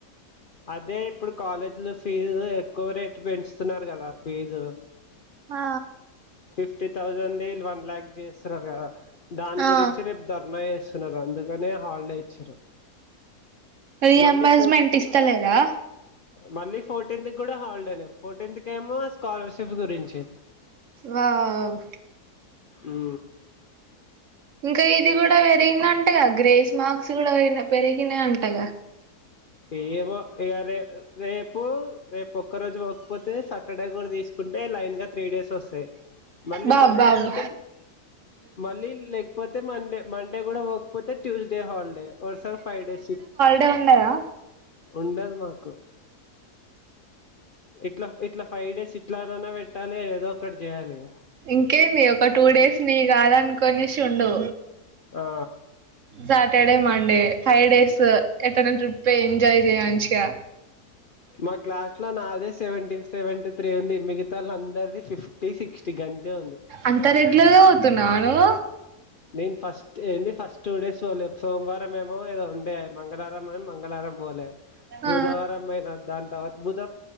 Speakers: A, on the left; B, on the right.
A: అదే ఇప్పుడు కాలేజీలు ఫీజు ఎక్కువ రేటు పెంచుతున్నారు కదా ఫీజు
B: ఆ
A: ఫిఫ్టీ తౌసెండ్ ది వీళ్ళు వన్ లాక్ చేస్తున్నారు కదా దాని
B: ఆ
A: గురించి రేపు ధర్నా చేేస్తున్నారు అందుకనే హాలిడే ఇచ్చారు
B: రీఎంబర్స్మెంట్
A: మళ్ళీ ఫోట్
B: ఇస్తలేదా
A: మళ్ళీ ఫోర్టీన్త్ కి కూడా హాలిడేనే ఫోర్టీన్త్ కేమో కాలర్షిప్స్ గురించి
B: వావ్
A: ఊ
B: ఇంకా ఇది కూడా పెరిగిందంటగా గ్రేస్ మర్క్స్ కూడా వె పెరిగినయంటగా
A: ఏమో ఇగ రే రేపు రేపు ఒక్క రోజు ఒకపోతే సాటర్డే కూడా తీసుకు ఉంటే లైన్గా త్రీ డేస్ వస్తాయి మళ్ళీ
B: బాబ్
A: మండే
B: బాబ్
A: పోతే మళ్ళీ లే పోతే మండే మండే కూడా పోకపోతే ట్యూస్డే హాలిడే వరుసగా ఫైవ్ డేస్ ఉ
B: డ ఉండదా
A: ఉండదు మాకు ఇట్లా ఇట్లా ఫై డేస్ ఎట్లనన్న పెట్టలే ఏదో ఒకటీ చేయాలి ఇగ
B: ఇంకేంది ఒక టూ డేస్ నియ్ కాదనుకొనేసి ఉండు
A: ఆ
B: సాటర్డే మండే ఫైవ్ డైస్ ఏటన్నా ట్రిప్పయ్ ఎంజాయ్ చేయి మంచిగా
A: మా క్లాస్ లో నాదే సెవెంటి సెవెంటి త్రీ ఉంది మిగతాళ అందరిది ఫిఫ్టీ సిక్స్టీ గంతే ఉంది
B: అంత రెగ్యులర్గా వోతున్నావా నువ్వు.
A: నేన్ ఫస్ట్ ఏందీ ఫస్ట్ టూ డేస్ వోలే సోంవారం ఏమో ఏదో ఉండే మంగళారం. మరి మంగళారం బోలే బుధవారం
B: ఆ
A: బోయిన దాని తర్వాత బుధ.